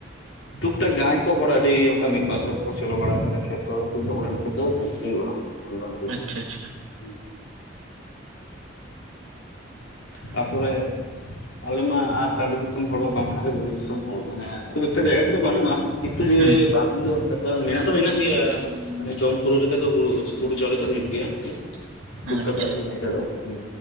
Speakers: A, on the left (about 75°); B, on the right (about 90°).
A: ᱴᱩᱠᱼᱴᱟᱠ ᱡᱟᱦᱟᱸᱭ ᱠᱚ ᱦᱚᱲ ᱟᱹᱰᱤ ᱚᱱᱠᱟ ᱢᱤᱫ ᱵᱟᱨ ᱦᱳᱲᱳ ᱠᱚ ᱥᱮᱞᱳ ᱵᱟᱲᱟ ᱟᱠᱟᱫᱟ ᱠᱷᱮᱛ ᱠᱚ ᱩᱱᱠᱩ ᱫᱚ ᱚᱱᱟ ᱞᱮᱠᱟ ᱛᱟᱹᱭ ᱵᱷᱟᱜᱤ ᱜᱮ ᱦᱩᱭᱩᱜᱼᱟ᱾ <inaudible>
B: ᱟᱸᱪᱪᱷᱟ ᱟᱪᱪᱷᱟ᱾
A: ᱦᱩᱸ᱾ ᱛᱟᱯᱚᱨᱮ ᱟᱞᱮ ᱢᱟ ᱟ ᱴᱟᱺᱰᱤ ᱫᱤᱥᱚᱢ ᱦᱚᱲ ᱢᱟ ᱵᱟᱝ ᱠᱟᱱᱞᱮ ᱵᱩᱨᱩ ᱫᱤᱥᱚᱢ ᱦᱚᱲ, ᱢᱟᱱᱮ ᱠᱷᱩᱵ ᱮᱠᱴᱟ ᱡᱟᱭᱜᱟ ᱠᱚᱫᱚ ᱵᱟᱹᱱᱩᱜᱼᱟ ᱠᱤᱱᱛᱩ ᱡᱮ
B: ᱦᱮᱸ
A: ᱵᱟᱝ ᱦᱩᱭᱩᱜᱼᱟ᱾ ᱠᱟᱫᱚ ᱢᱮᱱᱟᱜ ᱫᱚ ᱢᱮᱱᱟᱜ ᱜᱮᱭᱟ ᱢᱟᱱᱮ ᱡᱚᱢ ᱯᱩᱨᱟᱹᱣ ᱞᱮᱠᱟ ᱫᱚ ᱦᱩᱲᱩᱪ ᱦᱩᱲᱩ ᱪᱟᱣᱞᱮ ᱫᱚ ᱦᱩᱭᱩᱜ ᱜᱮᱭᱟ <inaudible> ᱴᱩᱠᱼᱴᱟᱠ
B: ᱟᱪᱪᱷᱟ
A: ᱟᱹᱠᱷᱨᱤᱧ ᱞᱮᱠᱟ ᱫᱚ, ᱦᱩᱸ᱾